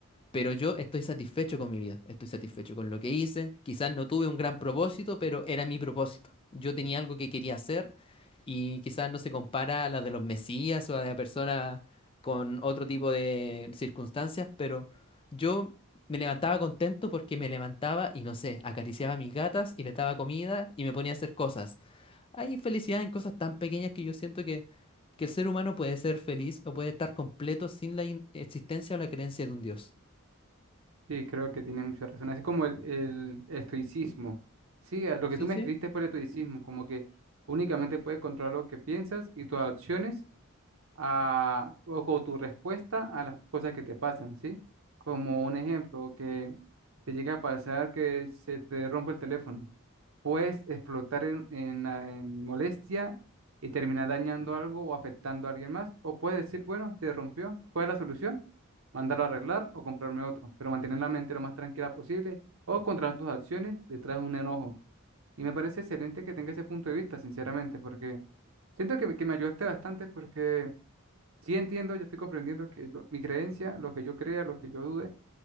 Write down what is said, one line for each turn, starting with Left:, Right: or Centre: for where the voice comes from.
Left: pero yo estoy satisfecho con mi vida, estoy satisfecho con lo que hice. Quizás no tuve un gran propósito, pero era mi propósito. Yo tenía algo que quería hacer y quizás no se compara a la de los mesías o a la de personas con otro tipo de circunstancias, pero yo me levantaba contento porque me levantaba y no sé, acariciaba a mis gatas y les daba comida y me ponía a hacer cosas. Hay felicidad en cosas tan pequeñas que yo siento que, que el ser humano puede ser feliz o puede estar completo sin la in- existencia o la creencia de un Dios.
Right: Sí, creo que tiene mucha razón. Así como el, el estoicismo. Sí, a lo
Left: Sí,
Right: que tú me
Left: sí,
Right: escribiste fue el estoicismo, como que únicamente puedes controlar lo que piensas y tus acciones a, o, o tu respuesta a las cosas que te pasan, ¿sí? Como un ejemplo, que te llega a pasar que se te rompe el teléfono. Puedes explotar en, en la- en molestia y terminar dañando algo o afectando a alguien más. O puedes decir, bueno, se rompió, ¿cuál es la solución? mandarlo a arreglar o comprarme otro, pero mantener la mente lo más tranquila posible o controlar tus acciones detrás de un enojo. Y me parece excelente que tenga ese punto de vista, sinceramente, porque siento que, que me ayudaste bastante porque sí entiendo, yo estoy comprendiendo que yo- mi creencia, lo que yo crea, lo que yo dude,